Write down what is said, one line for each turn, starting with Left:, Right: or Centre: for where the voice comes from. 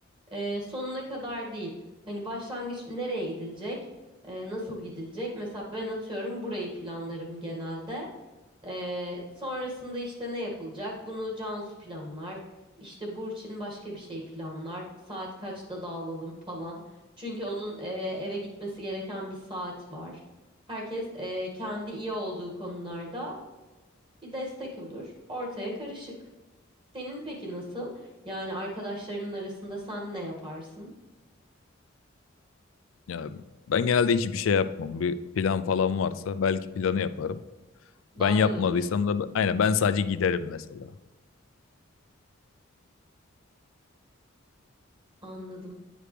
Right: e, sonuna kadar değil. Hani başlangıç nereye gidilecek, e, nasıl gidilecek? Mesela ben atıyorum burayı planlarım genelde. Ee, sonrasında işte ne yapılacak? Bunu Cansu planlar. İşte Burçin başka bir şey planlar. Saat kaçta dağılalım falan. Çünkü onun e, eve gitmesi gereken bir saat var. Herkes e, kendi iyi olduğu konularda bir destek olur. Ortaya karışık. Senin peki nasıl? Yani arkadaşlarının arasında sen ne yaparsın?
Left: Ya ben genelde hiçbir şey yapmam. Bir plan falan varsa belki planı yaparım.
Right: Dahil
Left: Ben yapmadıysam
Right: olursun.
Left: da aynen ben sadece giderim mesela.
Right: Anladım.